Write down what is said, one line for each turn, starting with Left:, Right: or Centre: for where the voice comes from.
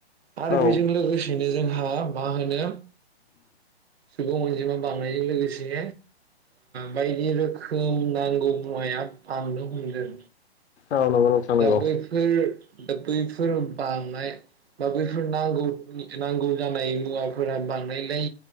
Right: आरो
Left: औ
Right: बेजों लोगोसेनो जोंहा मा होनो सुबुं अनजिमा बानायजों लोगोसे बायदि रोखोम नांगौ मुवाया बांनो हमदों।
Left: औ नंगौ नोंथां नंगौ
Right: दा बैफोर दा बैफोर बांनाय बा बैफोरनि नांगौ फोरनि नांगौ जानाय मुवाफोरा बांनायलाय